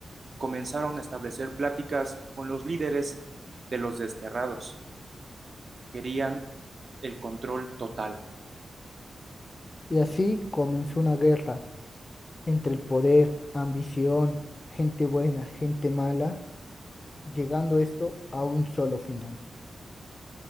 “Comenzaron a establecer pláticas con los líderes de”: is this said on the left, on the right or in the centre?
Right